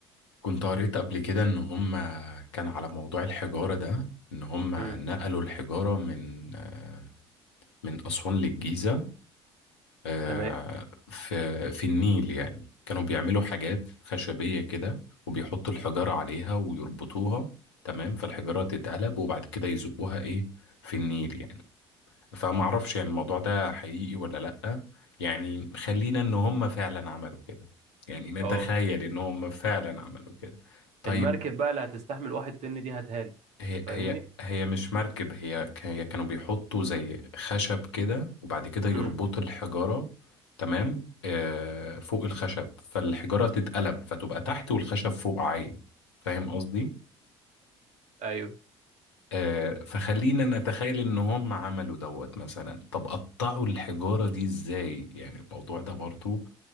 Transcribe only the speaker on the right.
امم
تمام
اه
المركب بقى اللي هتستحمل واحد طن دي هتهالي
فاهمني
امم
ايوه